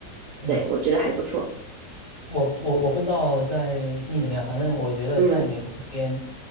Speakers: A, on the left; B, on the right.
A: 嗯。
B: 对，我觉得还不错。
A: 我我我不知道在悉尼怎么样，反正我觉得在美国这边，
B: 嗯